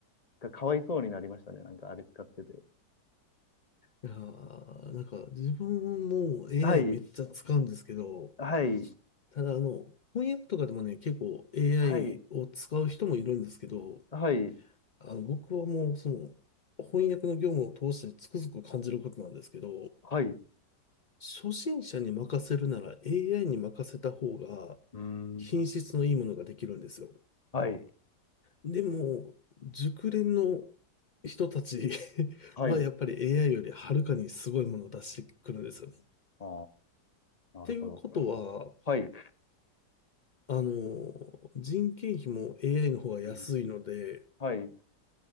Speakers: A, on the left; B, on the left.
A: がかわいそうになりましたね。なんかあれ使ってて。
B: いやーなんか、自分も AI
A: はい、
B: めっちゃ使うんですけど、
A: はい、
B: ただ、あの、翻訳とかでもね、結構 AI
A: はい、
B: を使う人もいるんですけど、
A: はい、
B: あの、僕はもう、その、翻訳の業務を通してつくづく感じることなんですけど、
A: はい。う
B: 初心者に任せるなら AI に任せた方が
A: ーん。
B: 品質のいいものができるんですよ。
A: はい、
B: でも、熟練の人たち <laughs>
A: はい。
B: はやっぱり AI よりはるかにすごいものを出してくるんですよね。っ
A: ああ、なるほど。
B: ていうことは、
A: はい。
B: あの、人件費も AI の方が安いので、
A: うんはい。うん